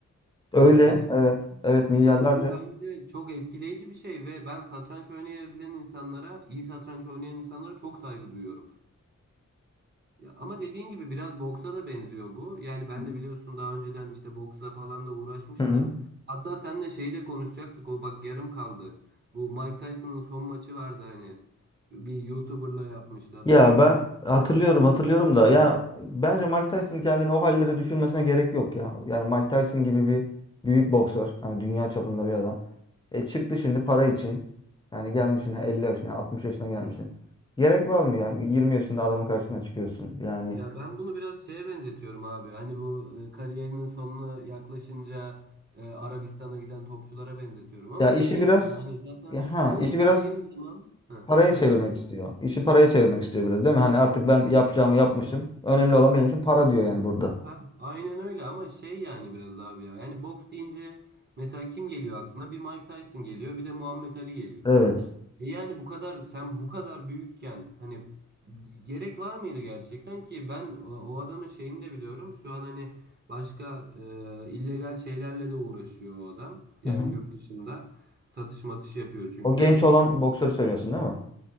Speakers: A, on the left; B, on the right.
A: Öyle.
B: bilimsel olarak.
A: Evet. Evet milyarlarca.
B: Yani bu bence çok etkileyici bir şey ve ben satranç oynayabilen insanlara, iyi satranç oynayan insanlara çok saygı duyuyorum. Ya ama dediğin gibi biraz boksa da benziyor bu. Yani ben
A: Hı
B: de biliyorsun daha önceden işte boksla falan da uğraşmıştım.
A: hı.
B: Hatta seninle şeyi de konuşacaktık. O bak yarım kaldı. Bu Mike Tyson'ın son maçı vardı hani. Bir YouTuber'la yapmıştı. Hatırlıyor
A: Ya
B: musun?
A: ben hatırlıyorum hatırlıyorum da yani bence Mike Tyson kendini o hallere düşürmesine gerek yok ya. Yani Mike Tyson gibi bir büyük boksör hani dünya çapında bir adam. E çıktı şimdi para için. Yani gelmişsin elli yaşına 60 yaşına gelmişsin. Gerek var mı ya? 20 yaşında adamın karşısına çıkıyorsun. Yani
B: Ya ben bunu biraz şeye benzetiyorum abi. Hani bu e, kariyerinin sonuna yaklaşınca e, Arabistan'a giden topçulara benzetiyorum. Ama
A: ya işi
B: dediğin
A: biraz
B: gibi yani zaten
A: ya ha
B: boks
A: işi biraz
B: dediğin zaman... Heh,
A: paraya
B: söyle
A: çevirmek
B: abi.
A: istiyor. İşi paraya çevirmek istiyor biraz değil mi? Hani artık ben yapacağımı yapmışım. Önemli olan benim için para diyor yani burada.
B: Ha, aynen öyle ama şey yani biraz abi ya. Yani boks deyince mesela kim geliyor aklına? Bir Mike Tyson geliyor, bir de Muhammed Ali geliyor.
A: Evet.
B: E yani bu kadar sen bu kadar büyükken hani gerek var mıydı gerçekten ki ben o, o adamın şeyini de biliyorum. Şu an hani başka e, illegal şeylerle de uğraşıyor o adam. Yani
A: Hı hı.
B: yurt dışında satış matış yapıyor çünkü.
A: O genç olan boksörü söylüyorsun değil mi?